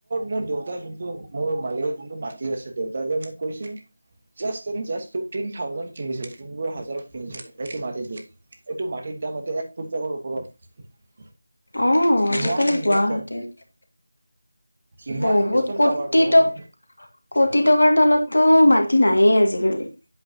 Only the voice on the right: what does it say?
মোৰ দেউতা যোনটো মোৰ মালিকৰ যোনটো মাতি আছে দেউতাকে মোক কৈছিল। <unintelligible> পোন্ধৰ হাজাৰত কিনছিল এইটো মাটি। একটো মাটিৰ দাম এটো এক কোটি টকাৰ ওপৰত।
ইমান ইনভেষ্টমেণ্ট
ইমান
ইনভেষ্টমেণ্ট
পাৱাৰ ভাবাচোন